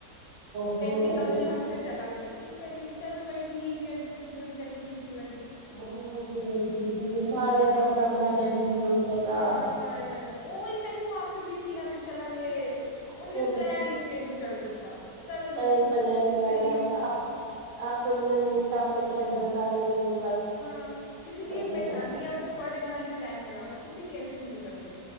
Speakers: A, on the left; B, on the right.
A: ਓ
B: ਬੂਆ
A: ਕੇਂਦੀ
B: ਕੱਢੇ
A: ਅਗਲੇ ਹਫ਼ ਤੇ ਚਲਾਂਗੇ, ਕੀ ਕਰੀਏ ਚੱਲ ਬਾਈ ਠੀਕ ਐ, ਜੈਸੇ ਤਾਨੂੰ ਤੈਨੂੰ ਠੀਕ ਲੱਗੇ।
B: ਹਾਂ ਜਿਵੇਂ ਠੀਕ ਐ, ਸਾਰਿਆਂ ਦਾ ਆਪਣਾ-ਆਪਣਾ ਸ਼ਡਿਊਲ ਹੁੰਦਾ ਗਾ।
A: ਹਾਂ ਸਾਰਿਆਂ ਦਾ, ਉਹੀ ਮੈਨੂੰ ਆਖਦੀ ਸੀ ਅਸੀਂ ਚਲਾਂਗੇ,
B: ਆਪਣੇ
A: ਉਹਨੇ ਪਲੈਨ ਈ ਚੇਂਜ ਕਰ ਦਿੱਤਾ। ਚੱਲ ਬਾਈ
B: ਨਵੇਂ ਪਲੈਨ ਬਣਾਂਦੇ
A: ਤੇਰੀ ਇੱਛਾ
B: ਆਪੇ, ਬ ਆਪੇ ਕੈਂਸਲ ਕਰ ਦਿੰਦੇ ਨੇ ਬਸ।
A: ਹਾਂ ਇਸ ਲਈ
B: ਬਚਿਆ
A: ਮੈਂ ਚਾਂਹਦੀ
B: ਪੈਸਾ
A: ਹਾਂ, ਮੈਂ ਤੁਹਾਡੇ ਨਾਲ ਹੀ ਪਲੈਨ ਬਣਾਵਾਂ, ਤੁਸੀਂ ਕੈਂਸਲ ਨੀ ਕਰਦੇ।